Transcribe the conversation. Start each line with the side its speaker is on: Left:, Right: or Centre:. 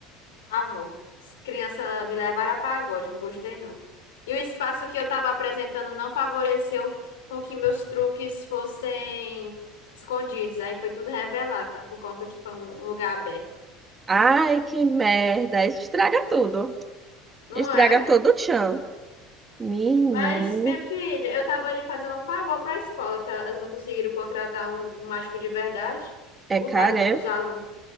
Left: favor. Criança me levaram a pagode, não gostei não. E o espaço que eu estava apresentando não favoreceu com que meus truques fossem escondidos. Aí foi tudo revelado, por conta que foi um lugar aberto.
Right: Ai, que merda, isso estraga tudo.
Left: Não
Right: Estraga
Left: é?
Right: todo o tchan. Menina,
Left: Mas, minha filha, eu estava ali fazendo um favor para a escola, que elas não conseguiram contratar um mágico de verdade.
Right: é
Left: Botaram
Right: cara, é.
Left: para os alunos.